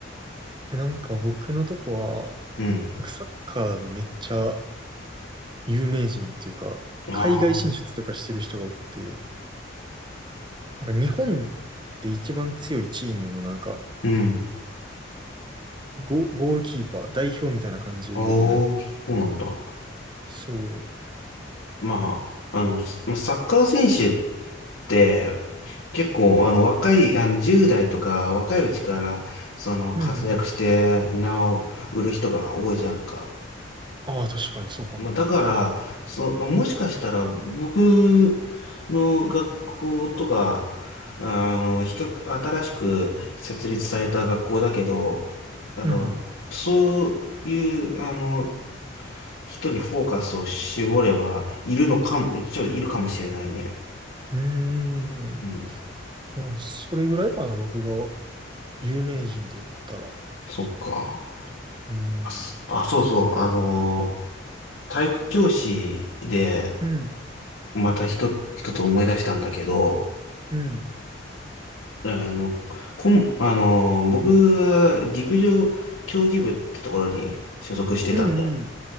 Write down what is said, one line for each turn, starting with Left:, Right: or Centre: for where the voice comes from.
Right: でなんか僕のとこは、
Left: うん。
Right: なんかサッカーのめっちゃ有名人っていうか、
Left: ああ、
Right: 海外進出とかしてる人がおって、なんか日本で一番強いチームのなんか、
Left: うん。
Right: ゴ、ゴールキーパー、代表みたいな感じでもやってる。
Left: ああ、そうなんだ。
Right: そ
Left: まあ、あの、すまあサッカー選手って、結構、あの、若い、あの、10代とか、若いうちから、その、
Right: う。
Left: 活躍して、
Right: うんうん。
Left: 名を売る人が多いじゃんか。
Right: ああ、確かにそうかも。
Left: まあ、だから、そ、もしかしたら、僕の学校とか、あの、比較、新しく設立された学校だけど、あの、
Right: うん。う
Left: そういう、あの、人にフォーカスを絞れば、いるのかも、ちょっといるかもしれないね。
Right: ーん。
Left: うん。
Right: うん、それぐらいかな、僕が有名人で言ったら。
Left: そっか。
Right: うん。
Left: あ、すあそうそう。あのー、体育教師で、
Right: うん。
Left: また人、一つ思い出したんだけど、
Right: うん。
Left: あの、こん、あのー、僕は陸上競技部ってところに所属してたんだよ
Right: うんうん。